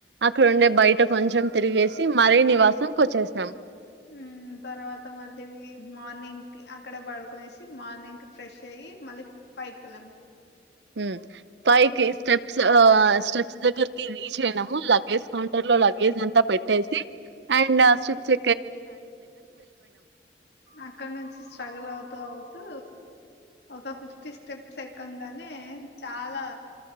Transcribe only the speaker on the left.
ఉమ్ తర్వాత మళ్ళీ మార్నింగ్కి, అక్కడ పడుకునేసి, మార్నింగ్ ఫ్రెష్ అయ్యి మళ్ళీ పైకేలం
అక్కడ నుంచి స్ట్రగుల్ అవుతూ అవుతూ ఒక ఫిఫ్టీ స్టెప్స్ ఎక్కంగానే. చాలా